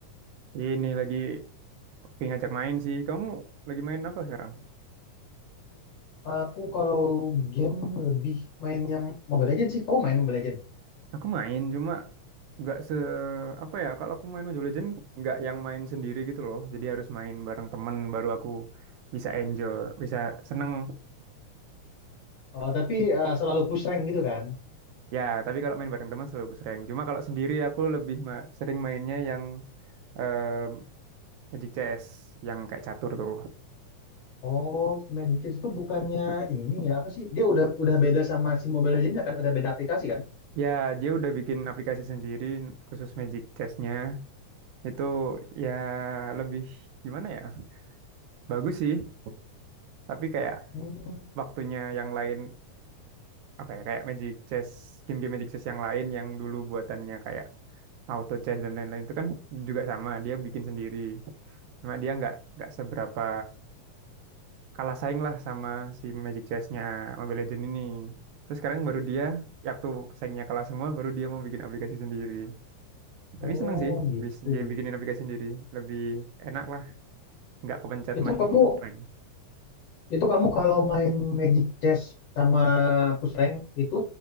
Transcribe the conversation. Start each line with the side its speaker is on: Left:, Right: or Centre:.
Right: Ini lagi pengen ngajak main sih. Kamu lagi main apa sekarang?
Left: Aku kalau game lebih main yang Mobile Legends sih. Kamu main Mobile Legends?
Right: Aku main cuma nggak se apa ya? Kalau aku main Mobile Legends nggak yang main sendiri gitu loh. Jadi harus main bareng temen baru aku bisa enjoy, bisa seneng.
Left: Oh, tapi eh, selalu push rank gitu kan?
Right: Ya, tapi kalau main bareng teman selalu aku sering. Cuma kalau sendiri aku lebih ma- sering mainnya yang eh Magic Chess yang kayak catur tuh.
Left: Oh, Magic Kids itu bukannya ini ya, apa sih? Dia udah udah beda sama si Mobile Legends kan? Udah beda aplikasi kan?
Right: Ya, dia udah bikin aplikasi sendiri khusus Magic Chess-nya. Itu ya lebih gimana ya? Bagus sih, tapi kayak
Left: Hmm.
Right: waktunya yang lain apa ya? Kayak Magic Chess, game-game Magic Chess yang lain yang dulu buatannya kayak Auto Chess dan lain-lain itu kan juga sama, dia bikin sendiri. Cuma dia nggak nggak seberapa kalah saing lah sama si Magic Chess-nya Mobile Legends ini. Terus sekarang baru dia, ya waktu saingnya kalah semua, baru dia mau bikin aplikasi sendiri. Tapi
Left: Oh,
Right: seneng sih,
Left: gitu.
Right: bis- dia bikinin aplikasi sendiri. Lebih enak lah, nggak kepencet
Left: Itu
Right: main
Left: kamu
Right: offline.
Left: Itu kamu kalau main Magic Chess sama Push Rank itu